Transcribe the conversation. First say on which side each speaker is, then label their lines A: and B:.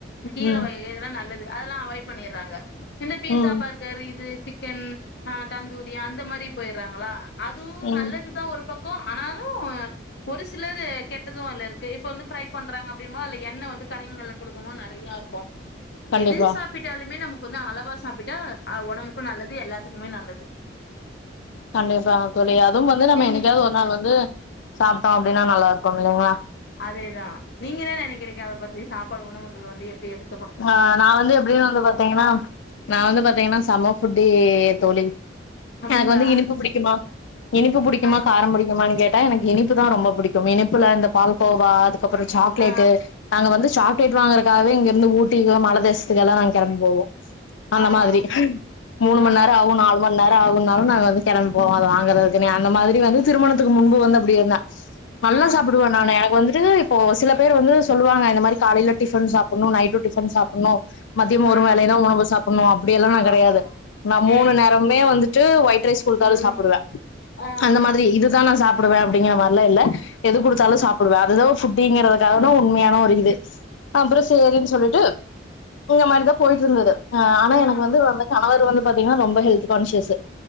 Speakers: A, on the left; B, on the left.
A: கீரை
B: ம்
A: வகைகள் இதெல்லாம் நல்லது அதெல்லாம் அவாய்ட் பண்ணிடுறாங்க இந்த பீசா
B: ம்
A: பர்கர் இது சிக் கன் ஆஹ் தந்தூரி அந்த மாரி போயிறாங்களா அதுவும்
B: ம்
A: நல்லதுதான் ஒரு பக் புடிக்கும் ஆனாலும் ஒரு சிலது கெட்டதும் அதுல இருக்கு இப்ப வந்து ஃப்ரை பண்றாங்க அப்டினமொது அது எண்ணெ வந்து கரைங்கள்ல குடுக்கமோது நிறைய இருக்கும்
B: கண்டிப்பா
A: எது சாப்பிட்டாலுமே நமக்கு கொஞ்சம் அளவா சாப்பிட்டா உடம்புக்கும் நல்லது எல்லாத்துக்குமே நல்லது
B: கண்டிப்பா தோழி அதுவும் வந்து நம்ம
A: நீங்க
B: என்னைக்காவது ஒரு நாள் வந்து சாப்பிட்டோம் அப்படின்னா நல்லா இருக்கும் வெலிங்கிளா
A: அதேதான் நீங்க என்ன நினைக்கிறீங்க அதை பத்தி சாப்பாடு உணவுகள் வந்து எப்படி எடு
B: ஆஹ் நான் வந்து எப்படின்னு வந்து பாத்தீங்கன்னா நான் வந்து பாத்தீங்கன்னா சம புட் டிய தோழி
A: அப்டிங்களா
B: எனக்கு வந்து இனிப்பு புடிக்குமா இனிப்பு புடிக்குமா
A: ஆய்
B: காரம் புடிக்கும்மா கேட் எனக்கு இனிப்பு தான் ரொம்ப பிடிக்கும் இனிப்புல இந்த பால் கோவா அப்புறம் சாக்லேட்டு
A: ஆ
B: நாங்க வந்து சாக் கேட்டு வாங்குறத்துகாஇங்கிருந்து ஊட்டு ஊட்டிகே மழதேதசத்துக்கல்லாம் நாங்க கிழநம்பி போவோம் அந்த
A: ஆ
B: மாதிரி
A: ஆ
B: மூணு மணி
A: ஆ
B: நேரம் ஆகும் நாலு மணி நேரம் ஆகும் அருனாக்கா வந்து கிளம்ப போம் அது வாங்கறக்கு அந்த மாதிரி வந்து திருமணத்துக்கு முன்பு வந்து அப்படி இருந்து என்ன நல்லா
A: ஆ ஆ
B: சாப்பிடுவன் நானு எனக்கு வந்துட்டு இப்போ சில பேர் வந்து சொல்லுவாங்க இந்த மாரி காலையில டிஃபன் சாப்பிடணும் நைட்டும் டிபன் சாப்பிடணும் மத்தியம் ஒரு
A: ஆ ஆ
B: வேலதான் உணவு சாப்பிடணும் அப்படியெல்லாம் நான் கிடையாது
A: ஆமா
B: நான் மூணு
A: ம்
B: நேரமே வந்துட்டு ட்டு ஓய்ட் ஃரைஸ் கொடுத்தாலும்
A: ம்
B: சாப்பிடுவேன்
A: ஆ
B: அந்த மாரி இதுதான் நான் சாப்பிட சாப்படுவேன் அப்படிங்கிற மாரிலாம் இல்ல எது கொடுத்தாலும் சாப்பிடுவேன் அது ஃப்புட்டி இருக்கறதான உண்மையான ஒரு இது அப்பறம் சரின்னு சொல்லிட்டு இந்த மாரிதான் போயிட்டு இருந்தது ஆஹ் ஆனா
A: ஆ ஆ
B: எனக்கு வந்து வந்த கணவர் வந்து பாத்தீங்கன்னா ரொம்ப ஹெல்த் கான்சியஸ்